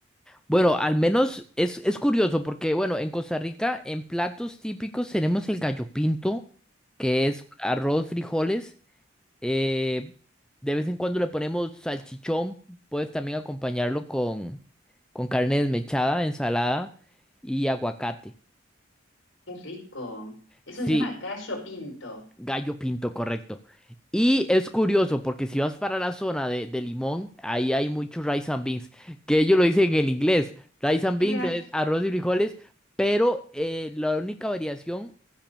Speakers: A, in the centre; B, on the left (about 65°).
A: Bueno, al menos es, es curioso porque, bueno, en Costa Rica, en platos típicos tenemos el gallo pinto, que es arroz, frijoles. eh, de vez en cuando le ponemos salchichón, puedes también acompañarlo con, con carne desmechada, ensalada y aguacate.
B: Qué rico. Eso
A: Sí,
B: se llama gallo pinto.
A: Gallo Pinto, correcto. Y
B: Ok.
A: es curioso porque si vas para la zona de, de Limón, ahí hay muchos rice and beans, que ellos lo dicen en inglés. Rice and
B: Claro.
A: beans es arroz y frijoles, pero eh, la única variación